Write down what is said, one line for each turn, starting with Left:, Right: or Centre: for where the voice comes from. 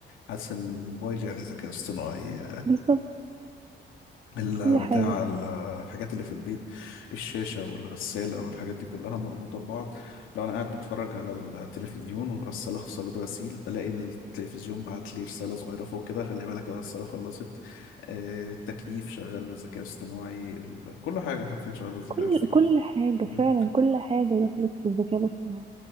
Left: حاسس ان موبايلي عليه ذكاء اصطناعي
Right: بالظبط
Left: ال-
Right: كل
Left: بتاع
Right: حاجة
Left: ال- الحاجات اللي في البيت الشاشة والغسالة والحاجات دي كلها مربوطة ببعض لو أنا قاعد بتفرج على التلفزيون والغسالة خلصت غسيل بلاقي التلفزيون بعت لي رسالة صغيرة فوق كده خلي بالك الغسالة خلصت آه، التكييف شغال بالذكاء الاصطناعي ال- كل حاجة حرفيا شغال بالذكاء
Right: كل
Left: الاصطناعي
Right: كل حاجة
Left: مم.
Right: فعلا كل حاجة دخلت في الذكاء الاصطناعي